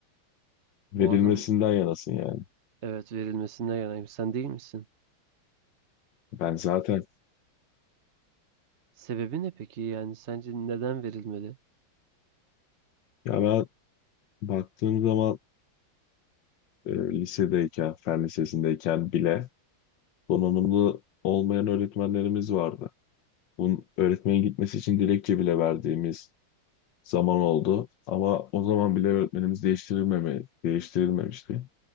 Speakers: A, on the left; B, on the right.
A: verilmesinden
B: O adam
A: yanasın yani.
B: evet verilmesinden yanayım. Sen değil misin?
A: Ben zaten
B: Sebebi ne peki? Yani sence neden verilmeli?
A: ya ben baktığım zaman e, lisedeyken, fen lisesindeyken bile donanımlı olmayan öğretmenlerimiz vardı. Bunun öğretmenin gitmesi için dilekçe bile verdiğimiz zaman oldu. Ama o zaman bile öğretmenimiz değiştirilmeme, değiştirilmemişti.